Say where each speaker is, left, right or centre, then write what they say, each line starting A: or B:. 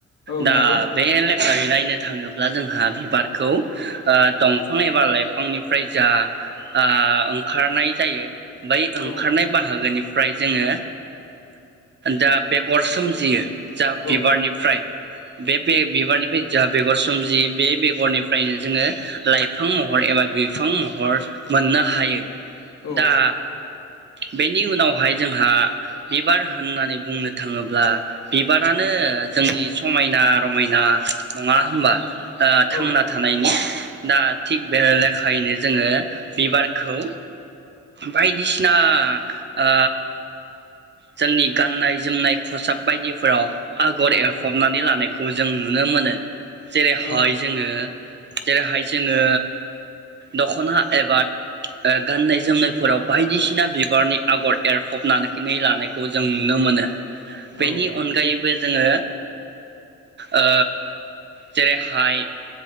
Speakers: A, on the left (about 60°); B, on the right (about 35°).
A: औ
B: दा
A: नंगौ
B: बेले ओरै नायनो थाङोब्ला जोंहा बिबारखौ ओ दंफां एबा लाइफांनिफ्राय जा ओ ओं ओंखारनाय जायो। बै ओंखारनाय
A: औ
B: बाहागोनि फ्राय जोङो दा बेगर सोमजियो। जा बिबारनिफ्राय
A: औ
B: बे बे बिबारनिफ्राय ज बेगर सोमजियो बे बेगरनिफ्रायनो जोङो लाइफां महर एबा बिफां महर मोननो हायो।
A: औ
B: दा बेनि उनाव बेवहाय जोंहा बिबार होननानै बुंनो थाङोब्ला बिबारानो जोंनि समायना रमायना नङा होमबा? ओ थांना
A: औ
B: थानायनि दा थिग बे लेखायैनो जोङो बिबारखौ बायदिसिना ओ जोंनि गाननाय जोमनाय खसाब बायदिफोराव आगर एरफबनानै लानायखौ जों नुनो मोनो। जेरैहाय
A: औ
B: जोङो जेरैहाय जोङो दख'ना एबा गाननाय जोमनायफोराव बायदिसिना बिबारनि आगर एरफबनानै लानाय खौ जों नुनो मोनो।
A: औ
B: बेनि अनगायैबो जोङो ओ जेरैहाय